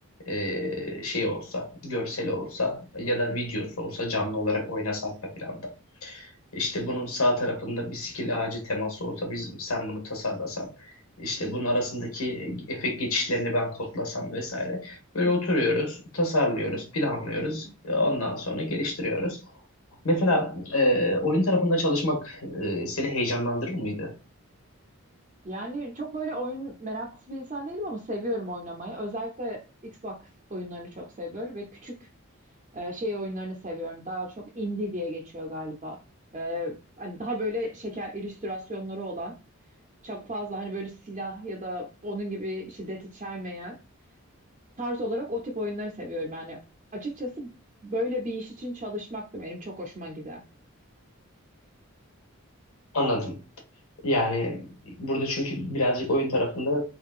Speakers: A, on the left; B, on the right.
A: e, şey olsa, görseli olsa ya da
B: Hı hı.
A: videosu olsa canlı olarak oynasa arka planda. İşte bunun sağ tarafında bir skill ağacı teması olsa biz sen bunu tasarlasan. İşte
B: Hı hı.
A: bunun arasındaki efekt geçişlerini ben kodlasam vesaire. Böyle
B: Hı hı.
A: oturuyoruz, tasarlıyoruz, planlıyoruz. Ondan sonra geliştiriyoruz. Mesela e, oyun tarafında çalışmak e, seni heyecanlandırır mıydı?
B: Yani çok böyle oyun meraklısı bir insan değilim ama seviyorum oynamayı. Özellikle Xbox oyunlarını çok seviyorum ve küçük Ee, şey oyunlarını seviyorum. Daha çok indie diye geçiyor galiba. Ee, hani daha böyle şeker illüstrasyonları olan, çok fazla hani böyle silah ya da onun gibi şiddet içermeyen tarz olarak o tip oyunları seviyorum. Yani açıkçası böyle bir iş için çalışmak da benim çok hoşuma gider.
A: Anladım. Yani burada çünkü birazcık oyun tarafında